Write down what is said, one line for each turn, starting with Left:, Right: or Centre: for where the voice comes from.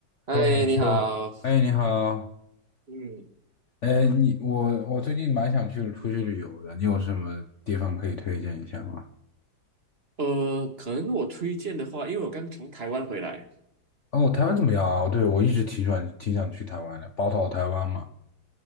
Right: 嗨，
Left: Hello，你说，
Right: 你好。
Left: 哎，你好，
Right: 嗯，
Left: 哎，你我我最近蛮想去出去旅游的，你有什么地方可以推荐一下吗？
Right: 呃，可能我推荐的话，因为我刚从台湾回来，
Left: 哦，台湾怎么样啊？哦对，我一直挺喜欢挺想去台湾的，宝岛台湾嘛。